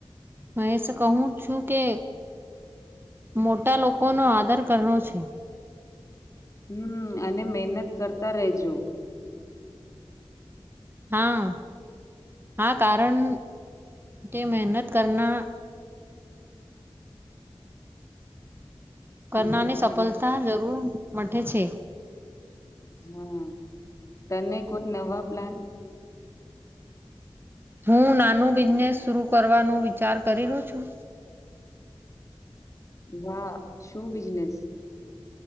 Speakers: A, on the right; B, on the left.
A: મહેશ કહું છું કે મોટા લોકોનો આદર કરનો છે.
B: હમ અને મહેનત કરતા રેજો.
A: હા. હા કારણ તે મહેનત કરના કરનારની
B: મહેનત કર
A: સફળતા જરૂર મ છે.
B: હા, તને કોઈ નવા પ્લાન
A: હું નાનું બિઝનેસ શર કરવાનો વિચાર કરીલો્યો છું.
B: વાહ, શું બિઝનેસ?